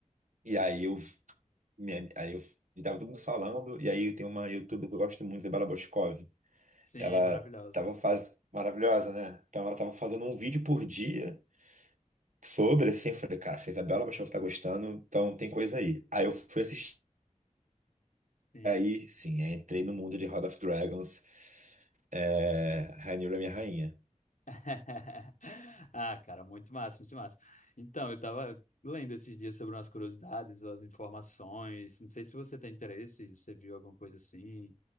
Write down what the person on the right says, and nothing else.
e aí eu, me- aí eu e tava todo mundo falando, e aí tem uma youtuber que eu gosto muito, Isabela Boscov.
Ela
tava faz... maravilhosa, né? Então ela tava fazendo um vídeo por dia sobre, assim, eu falei, cara, se a Isabela Boscov tá gostando, então tem coisa aí. Aí eu fui assistir
Aí, sim, aí entrei no mundo de House of Dragons. É, Rhaenyra é minha rainha.